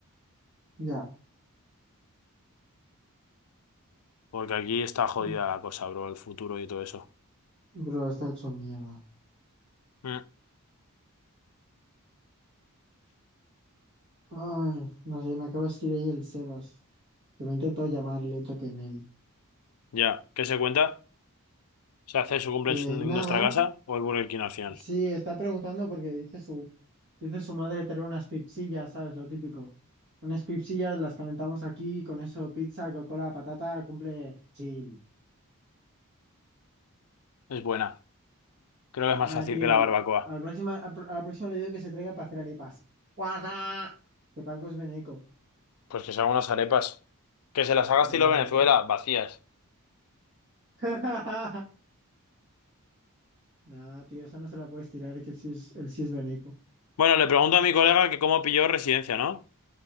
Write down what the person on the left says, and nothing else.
Porque aquí está jodida
la cosa, bro, el futuro y todo eso.
Mm,
ya, ¿qué se cuenta? Se hace su cumple
en
en nuestra casa o el Burger King al final.
Es buena. Creo que es
más fácil
que la
barbacoa.
Pues que se hagan unas arepas. Que se las haga
estilo Venezuela,
vacías.
Bueno, le pregunto a mi colega que cómo pilló residencia, ¿no?